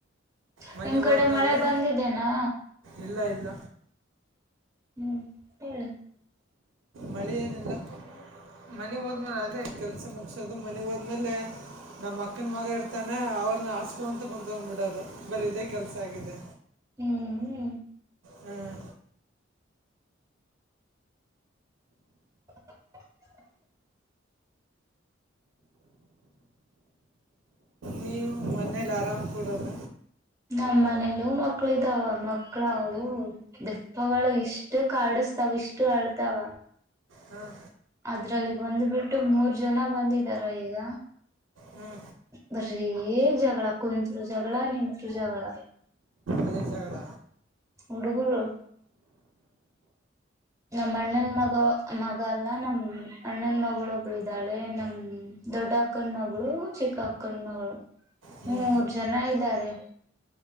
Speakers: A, on the right; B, on the right.
A: ಮನೆಗೆ
B: ನಿಮ್ ಕಡೆ
A: ಹೋದ್ಮೇಲೆ
B: ಮಳೆ ಬಂದಿದೆೇನಾ
A: ಇಲ್ಲ ಇಲ್ಲ
B: ಹ್ಮ್ ಹೇಳ
A: ಮಳಿ ಏನಿಲ್ಲ ಮನೆ ಹೋದನಾರ ಅದೇ ಕೆಲಸ ಮುಗಿಸೋದು ಮನೆಗೆ ಹೋದ್ಮೇಲೆ ನಮ್ಮ ಅಕ್ಕನ ಮಗ ಇರ್ತಾನೆ ಅವ್ರನ್ನ ಆಡ್ಸ್ಕೊಂತ ಕಂತ್ಕೊ್ಂಬಿಟ್ಟು ನಡದು ಬರೀ ಇದೇ ಕೆಲ್ಸ ಆಗಿದೆ
B: ಹ್ಮ್್ಮ
A: ಹಾಂ
B: ಹ
A: ನೀವು ಮನೇಲಿ ಆರಾಮ್ ಕೊಡೋದ
B: ನಮ್ಮ ಮನೇಲ ಮಕ್ಕಳ ಇದಾವ ಮಕ್ಳವು ದಪ್ಪಳ ಇಷ್ಟು ಕಾಡಸ್ತಾವ ಇಷ್ಟು ಅಳ್ತಾವ
A: ಹಾಂ
B: ಅದ್ರಲ್ಲಿ ಬಂದ್ಬಿಟ್ಟು ಮೂರ್ ಜನ ಬಂದಿದಾರ ಈಗ
A: ಹ್ಞೂ
B: ಬರ್ರೀ ಜಗಳ ಕುತ್ರು ಜಗಳ ನಿತ್ರು ಜಗಳ
A: ಅದೇ ಜಗಳ
B: ಹುಡುಗುರು ನಮ್ಮ ಅಣ್ಣನ್ ಮಗ ಮಗ ಅಲ್ಲ ನಮ್ ಅಣ್ಣನ್ ಮ ಒಬ್ಳಿದ್ದಾಳೆ ನಮ ದೊಡ್ಡ ಅಕ್ಕಂಡ ಮಗಳು ಚಿಕ್ಕ ಅಕ್ಕಂಡ ಮಗಳು
A: ಹ್ಞೂ
B: ಮೂರು ಜನ ಇದ್ದಾರೆ